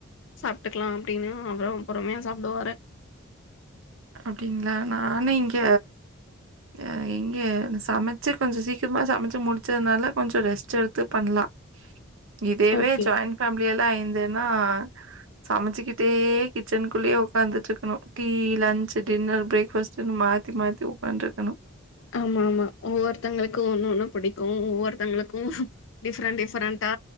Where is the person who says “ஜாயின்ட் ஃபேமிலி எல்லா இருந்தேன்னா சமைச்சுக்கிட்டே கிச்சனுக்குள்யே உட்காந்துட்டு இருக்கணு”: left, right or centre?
Right